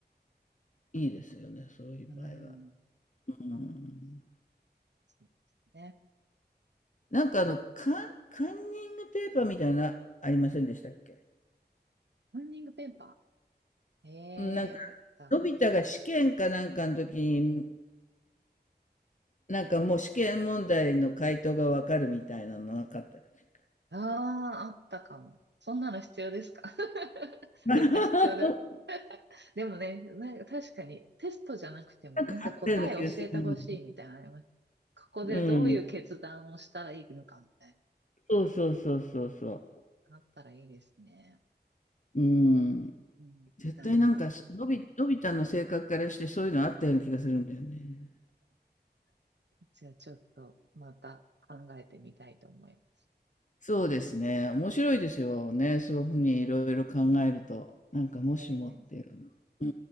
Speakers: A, on the left; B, on the right.
A: いいですよね、そういう場合は。
B: うん。
A: うん
B: そうですね。
A: なんかあの、カンカンニングペーパーみたいな、ありませんでしたっけ
B: ランニングペーパー。えーあったっけ
A: うん、なんか、のび太が試験かなんかの時に、なんかもう試験問題の回答がわかるみたいなのなかったです。
B: あああったかも。そんなの必要ですか <laughs>
A: <laughs>
B: どっか必要だ。でもね、なんか確かにテストじゃなくても、
A: なんかあったような気がする。
B: なんか答え教えてほしいみたいなのあります。ここでどういう決断をしたらいいのかみたい
A: うん。そうそうそうそうそ
B: な、あったらいいですね。
A: う。うん。
B: うん。
A: 絶対なんか、
B: なんか、
A: すのび、のび太の性格からしてそういうのあったような気がするんだよね。
B: じゃあちょっとまた考えてみたいと思います。
A: そうですね。面白いですよね。そういうふうにいろいろ考えると。なんかもしもっていうの。
B: ね
A: う